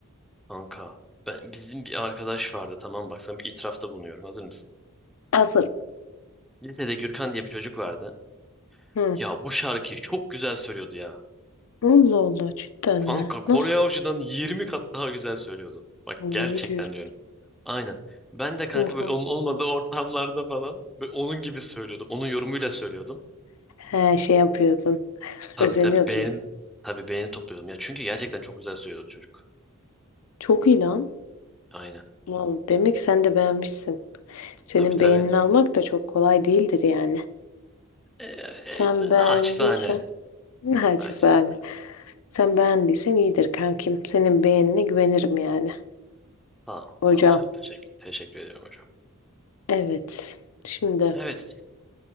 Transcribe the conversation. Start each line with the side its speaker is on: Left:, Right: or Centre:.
Centre: Kanka. Ben, bizim bir arkadaş vardı tamam bak sana bir itirafta bulunuyorum. Hazır mısın?
Left: Hazırım.
Centre: Lisede Gürkan diye bir çocuk vardı.
Left: Hı.
Centre: Ya bu şarkıyı çok güzel söylüyordu ya.
Left: Allah Allah cidden
Centre: Kanka
Left: mi?
Centre: Kore
Left: Nasıl?
Centre: Avcı'dan 20 kat daha güzel söylüyordu. Bak
Left: Hı,
Centre: gerçekten
Left: Ne diyorsun?
Centre: diyorum. Aynen. Ben de kanka
Left: Oha.
Centre: böyle onun olmadığı ortamlarda falan böyle onun gibi söylüyordum. Onun yorumuyla söylüyordum.
Left: He şey yapıyordun. <laughs>
Centre: Tabii
Left: Özeniyordun.
Centre: tabii beğeni tabii beğeni topluyordum ya. Çünkü gerçekten çok güzel söylüyordu çocuk.
Left: Çok iyi lan.
Centre: Aynen.
Left: Vallahi demek sen de beğenmişsin. Senin
Centre: Tabii tabii.
Left: beğenini almak da çok kolay değildir yani.
Centre: Ee,
Left: Sen
Centre: e,
Left: beğendiysen
Centre: naçizane.
Left: <laughs> Naçizane.
Centre: Naçizane.
Left: Sen beğendiysen iyidir kankim. Senin beğenine güvenirim yani.
Centre: Sağ ol.
Left: Hocam.
Centre: Sağ ol hocam. Teşekkür, teşekkür ediyorum hocam.
Left: Evet. Şimdi
Centre: Evet.